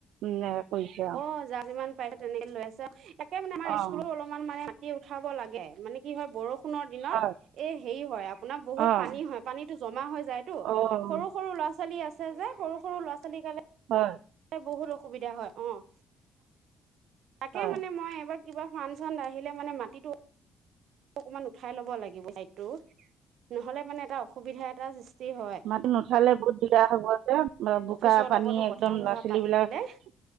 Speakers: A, on the right; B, on the right.
A: উ'ম। কৰিছে আৰু
B: অ', যাৰ যিমান পাই তেনেকে লৈ আছে। একে মানে আমাৰ
A: অঁ
B: স্কুলৰ অলপমান মানে উঠাব লাগে। মানে কি? হয়, বৰষুণৰ দিনত
A: হয়
B: এই হেৰি হয় আপোনাৰ বহুত
A: অঁ
B: পানী হয়। পানীতো যায়তো,
A: অঁ
B: সৰু- সৰু ল'ৰা ছোৱালী আছে যে সৰু সৰু ল'ৰা ছোৱালী কাৰণে।
A: হয়
B: বহুত অসুবিধা হয়। অ', তাকে
A: হয়
B: মানে মই এইবাৰ কিবা ফানচন আহিলে মানে মাটিটো অকমান উঠাই লব লাগিব। চাইডটো নহলে মানে এটা অসুবিধা এটা হয়
A: মাতিটো নুথালে বহুত দিগদাৰ হব যে। বোকা,
B: অফিচৰ
A: পানী
B: লগতো
A: একদম
B: কথা চথা
A: ল'ৰা ছোৱালী
B: পাতি
A: বিলাক
B: পেলাই